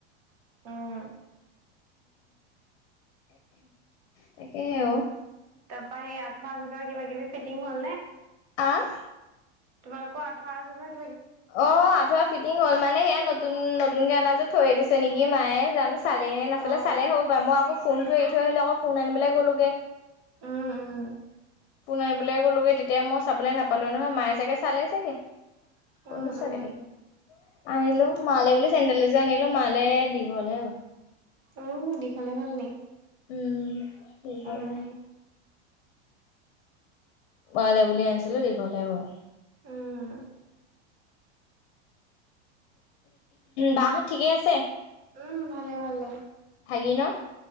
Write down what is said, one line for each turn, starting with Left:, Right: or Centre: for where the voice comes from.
Right: উম,
Left: তাকেহেও।
Right: তাৰ পৰা সেই আঠুৱা আঠুৱা কিবা কিবি ফিটিং হল নে।
Left: আহ।
Right: তেওঁলোকৰ আঠোৱা আছে যে।
Left: অ আঠুৱা ফিটিং হল মানে সেয়া নতুন নতুনকে আনা যে থৈ দিছে নেকি মায়ে জানো। চালে নে নেচালে
Right: অ',
Left: চালে হবা মই আকৌ ফৌনটো এৰি থৈ আহিলো আকৌ ফোন আনিবলে গ'লোগে।
Right: উম, উম,
Left: ফোন আনিবলৈ গ'লোগে তেতিয়া মই চাবলৈ নাপালো নহয় মায়ে চাগে চালে চাগে। কত
Right: উম,
Left: নোচোৱাকে
Right: উম,
Left: থাকিব আনিলো। মালে বুলি চেণ্ডেল এযোৰ আনিলো মালে দীঘল হে হ'ল।
Right: উ দীঘলে হ'ল নি।
Left: উম দীঘল
Right: উম,
Left: হ'ল। মালে বুলি আনিছিলো দীঘল হে ওৱা।
Right: উম,
Left: বাহত ঠিকেই আছে।
Right: উম, ভালে ভালে।
Left: ভাগি ন।